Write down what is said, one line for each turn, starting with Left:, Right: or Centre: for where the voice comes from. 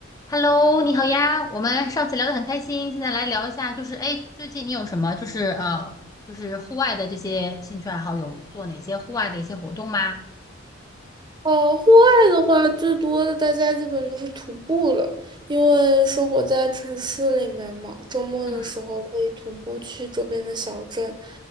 Left: Hello，你好呀，我们上次聊得很开心，现在来聊一下，就是哎，诶最近你有什么就是呃，就是户外的这些兴趣爱好，有做哪些户外的一些活动吗？
Right: 哦，户外的话，最多的大家基本就是徒步了，因为生活在城市里面嘛，周末的时候可以徒步去周边的小镇，
Left: 嗯